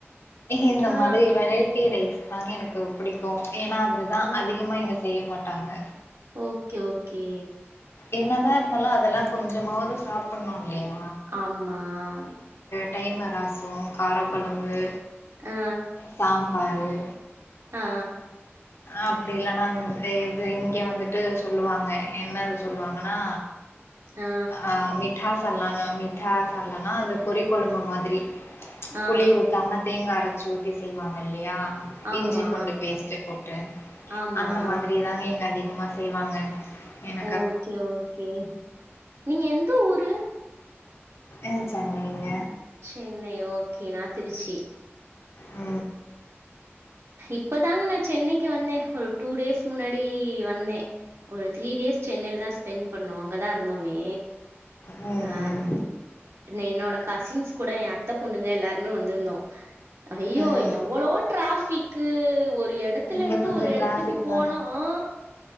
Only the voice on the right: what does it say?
ஆ
ஆ
ஓகே ஓகே
ஆமாம்
ஆ
ஆ
ஆ
ஆ
ஆமா
ஆமா
ஓகே ஓகே நீங்க எந்த ஊரு
சென்னை ஓகே நா திருச்சி
இப்பதாங்க நா சென்னைக்கு வந்த ஒரு டூ டேஸ் முன்னாடி வந்தே ஒரு த்ரீ டேஸ் சென்னைலதா ஸ்பென் பண்ணுவாங் அங்கதா இருந்தோமே
ஆ நே என்னோட கசின்ஸ் கூட எ அத்த பொண்ணுங்க எல்லாருமே வந்துருந்தோ அ‌ய்யோ
எவ்வளோ டிராஃபிக் க்கு ஒரு எடத்துல
இருந்து
ஒரு எடத்துக்கு
போனோ ஆ